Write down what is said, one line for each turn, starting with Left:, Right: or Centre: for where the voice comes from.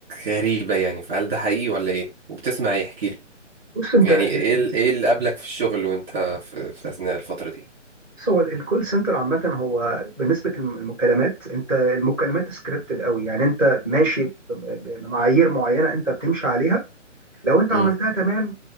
Right: غريبه يعني فهل ده حقيقي ولا ايه وبتسمع ايه احكي لي
Centre: بص انت
Right: يعني
Centre: ال-
Right: ايه ال- ايه اللي قابلك في الشغل وانت في, في اثناء الفتره دي
Centre: بص هو الكول سنتر عامة هو بالنسبة للمكالمات انت المكالمات سكريبتد قوي يعني انت ماشي ب- ب- بمعايير معينة انت بتمشي عليها لو انت عملتها
Right: امم
Centre: تمام